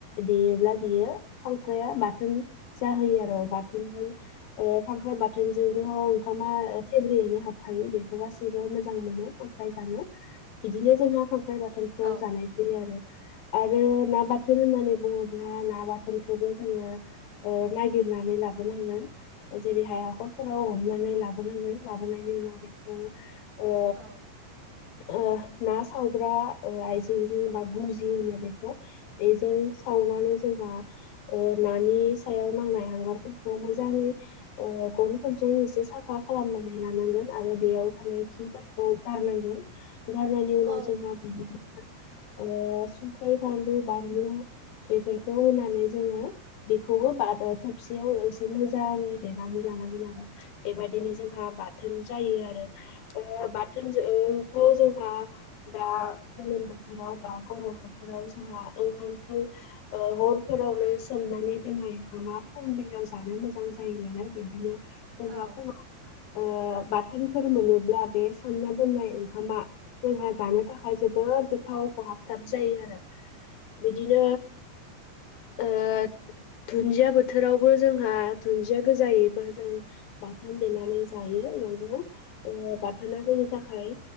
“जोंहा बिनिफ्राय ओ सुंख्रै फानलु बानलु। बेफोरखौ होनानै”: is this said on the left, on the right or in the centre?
Left